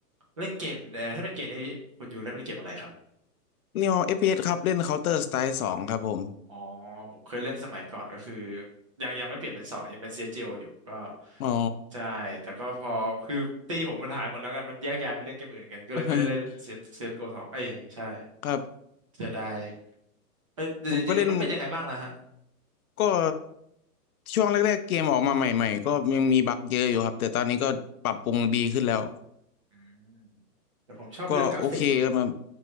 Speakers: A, on the right (about 20°); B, on the left (about 65°).
A: เล่นเกมเอ่อถ้าเป็นเกมนี้คุณยูเล่นเป็นเกมอะไรครับ
B: นี่เอา FPS ครับเล่น Counter Strike สองครับผม
A: อ๋อผมเคยเล่นสมัยก่อนก็คือยังยังไม่เปลี่ยนเป็นสองยังเป็น CSGO อสจีโออยู่ก็
B: อ๋อ
A: ใช่แต่ก็พอคือตีผมมันหายหมดแล้วกันมันแยกย้ายไปเล่นเกมอื่นกันก็เลยไม่ได้เล่น
B: <laughs>
A: CS CSGO สจีโอสองเอ้ยใช่
B: ครับ
A: เสียดายเอ้ยเดี๋ยวเดี๋ยวนี้มันเป็นยังไงบ้างล่ะฮะ
B: ผมก็เล่นก็ช่วงแรกๆเกมออกมาใหม่ๆก็ยังมีบั๊กเยอะอยู่ครับแต่ตอนนี้ก็ปรับปรุงดีขึ้นแล้ว
A: อืมแต่ผมชอบเรื่องกราฟิกมัน
B: ก็โอเคครับมัน